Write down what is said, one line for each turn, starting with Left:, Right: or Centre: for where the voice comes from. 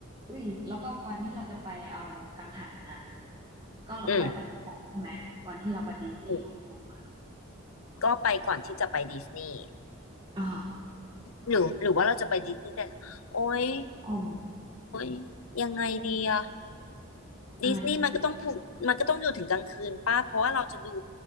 Right: อุ้ยแล้วก็วันที่เราจะไปเอากังหันน่ะก็ไปสองใช่ไหมวันที่เราไปดิสนีย์ฮ่องกง
Left: อืมอืมก็ไปก่อนที่จะไปดิสนีย์
Right: อ๋อ
Left: หรือหรือว่าเราจะไปดิสนีย์แต่ละโอ้ย
Right: ออม
Left: โอ้ยยังไงดีอะ
Right: ยังไง
Left: ดิสนีย์มันก็ต้องถูกมันก็ต้องอยู่ถึงกลางคืนป้าเพราะว่าเราจะดู